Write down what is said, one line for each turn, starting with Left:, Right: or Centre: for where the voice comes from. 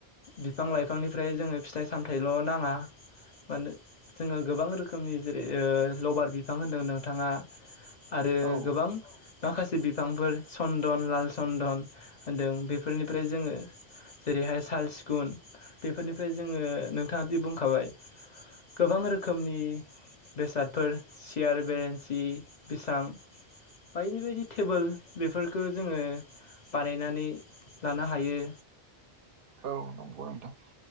Left: बिफां लाइफांनिफ्राय जोङो फिथाइ सामथाइल' नाङा। मान जोङो गोबां रोखोमनि जेरै लबार बिफां होनदों नोंथाङा आरो
Right: औ
Left: गोबां माखासे बिफांफोर चन्दन लाल चन्दन होनदों बेफोरनिफ्राय जोङो जेरैहाय साल सिगुन बेफोरनिफ्राय जोङो नोंथाङा दि बुंखाबाय गोबां रोखोमनि बेसादफोर सियार बेरेन्सि बिसां बायदि बायदि टेबोल बेफोरखौ जोङो बानायनानै लानो हायो।
Right: औ नंगौ नोंथां।